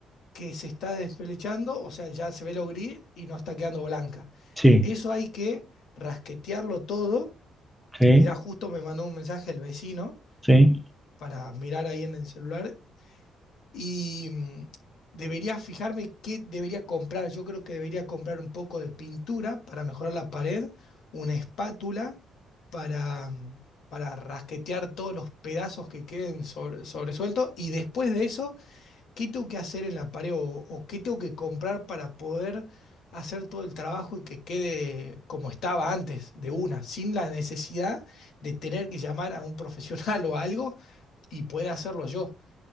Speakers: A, on the left; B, in the centre.
A: que se está despelechando, o sea, ya se ve lo gris y no está quedando blanca.
B: sí,
A: Eso hay que rasquetearlo todo.
B: sí,
A: Mirá, justo me mandó un mensaje el vecino
B: sí.
A: para mirar ahí en el celular y mm, debería fijarme qué debería comprar. Yo creo que debería comprar un poco de pintura para mejorar la pared, una espátula para, mm, para rasquetear todos los pedazos que queden sobre- sobresueltos y después de eso ¿Qué tengo que hacer en la pared o, o qué tengo que comprar para poder hacer todo el trabajo y que quede como estaba antes, de una, sin la necesidad de tener que llamar a un profesional <laughs> o algo y pueda hacerlo yo?